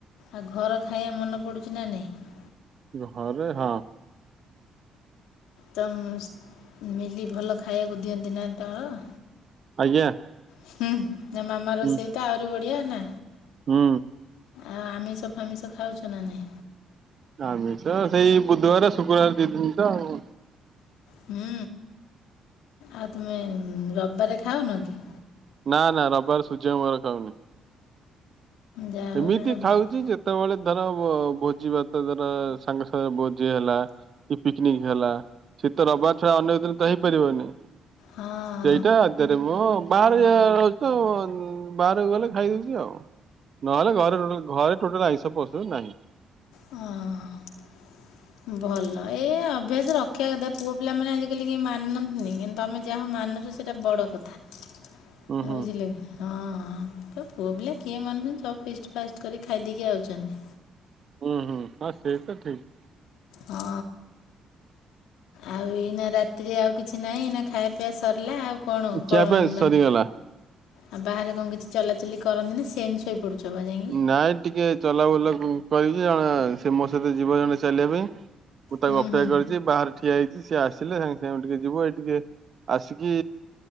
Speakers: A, on the left (about 75°); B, on the right (about 55°).
A: ଆଉ ଘର ଖାଇବା ମନେ ପଡୁଚି ନା ନାଇଁ?
B: ଘରେ ହଁ।
A: ତମ ସ୍ ମିଲି ଭଲ ଖାଇବାକୁ ଦିଅନ୍ତି ନା ତମର?
B: ଆଜ୍ଞା।
A: ହୁଁ, ନା ମାମା ରୋଷେଇ
B: ହୁଁ
A: ତ ଆହୁରି ବଢିଆ ନା।
B: ହୁଁ।
A: ଆଉ ଆମିଷ ଫାମିଷ ଖାଉଚ ନା ନାଇଁ?
B: ଆମିଷ ସେଇ ବୁଧବାର ଶୁକ୍ରବାର ଦି ଦିନ ତ ଆଉ।
A: ହୁଁ। ଆଉ ତୁମେ ରବିବାରେ ଖାଉନ କି?
B: ନା ନା ରବିବାର ସୂର୍ଯ୍ୟଙ୍କ ବାର ଖାଉନି।
A: ଯାହା ହଉ
B: ହେମିତି
A: ଏଇଟା ଗୋଟେ ଭ-
B: ଖାଉଚି ଯେତେବେଳେ ଧର ଭୋଜି ଭା ଧ ମର ସାଙ୍ଗେ ସାଙ୍ଗେ ଭୋଜି ହେଲା, କି ପିକ୍ନିକ୍ ହେଲା, ସେ ତ ରବିବାର ଛଡା ଅନ୍ୟ ଦିନ ତ ହେଇପାରିବନି।
A: ହଁ।
B: ସେଇଟା <unintelligible> ମୁଁ ବାହାରେ ଯଉ ରହୁଚୁ ବାହାରକୁ ଗଲେ ଖାଇଦେଉଚି ଆଉ। ନହେଲେ ଘରେ ଟୋଟାଲ ଘରେ ଟୋଟାଲ ଆଇଁଷ ପସୁ ନାହିଁ।
A: ଅ ହଁ। ଭଲ। ଏ ଅଭ୍ୟାସ ରଖିବା କଥା। ପୁଅ ପିଲାମାନେ ଆଜିକାଲି କେହି ମାନନ୍ତିନି କିନ୍ତୁ ତମେ ଯାହା ହଉ ମାନୁଚ ସେଇଟା ବଡ଼ କଥା।
B: ହୁଁ
A: ବୁଝିଲ
B: ହୁଁ
A: କିି। ହଁଁ। ପ ପୁଅ ପିଲା କିଏ ମାନୁଛନ୍ତି ସବୁ ଫିଷ୍ଟ ଫାଷ୍ଟ କରି ଖାଇଦେଇକି ଆଉଛନ୍ତି।
B: ହୁଁ ହୁଁ। ହଁ ସେଇ ତ ଠିକ୍।
A: ହଁ। ଆଉ ଏଇନା ରାତିରେ ଆଉ କିଛି ନାହିଁ ନା ଖାଇବା ପିଇବା ସରିଲା ଆଉ କଣ
B: ଖିଆ
A: କଣ
B: ପିଆ
A: ମାନେ
B: ସରିଗଲା।
A: ଆଉ ବାହାରେ କଣ କିଛି ଚଲାଚଲି କରନ୍ତି ନା ସେମ୍ ଶୋଇପଡୁଚ ବା ଯାଇକି?
B: ନାଇଁ ଟିକେ ଚଲାବୁଲା କରିବି ଯେ ଜଣେ ସେ ମୋ ସହିତ ଯିବ ଜଣେ ଚାଲିବା ପାଇଁ। ମୁଁ ତାକୁ
A: ହୁଁ
B: ଅପେକ୍ଷା
A: ହୁଁ
B: କରିଚି ବାହାରେ ଠିଆ ହେଇଚି ସିଏ ଆସିଲେ ସାଙ୍ଗେ ସାଙ୍ଗେ ଟିକେ ଯିବୁ ଏଇ ଟିକେ ଆସିକି